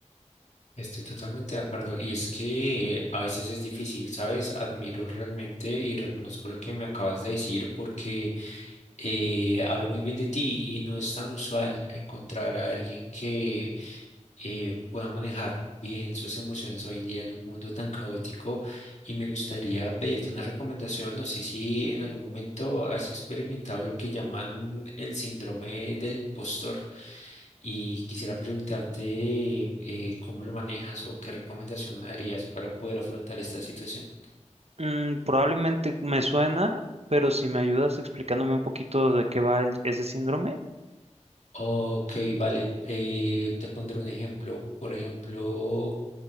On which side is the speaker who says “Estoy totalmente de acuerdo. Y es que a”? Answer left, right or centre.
Left